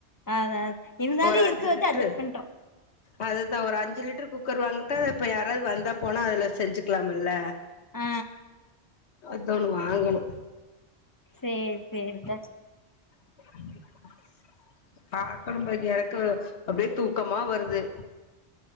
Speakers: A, on the left; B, on the left.
A: ஆ அதா இருந்தாலு
B: ஒரு அஞ்சு
A: இருக்கறத
B: லிட்ரு
A: வச்சி அஜஸ் பண்டோ
B: அதுதா ஒரு அஞ்சி லிட்டர் குக்கர் வாங்கிட்ட இப்ப யாராவ்து வந்தா போனா அதுல செஞ்சுக்கலாம்ல
A: அ
B: அது ஒண்ணு வாங்கணு
A: சேர் சேரித்தே
B: உ <inaudible> ஆக்கனு பரக்கு எனக்கு அப்டியே தூக்கமா வருது